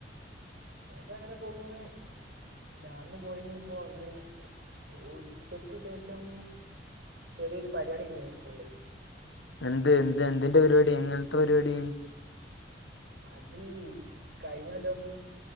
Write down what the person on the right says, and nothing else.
അത് അങ്ങനെ പോക്ന്നു ഞാൻ ഇന്ന് പോയിനി ഇപ്പം വന്ന് ഊ ഉച്ചക്ക് ശേഷം ചെറിയൊരു പരിപാടിയൊക്കെ ഇണ്ടേനി സ്കൂള്ല്
അത് കഴിഞ്ഞ കൊല്ലം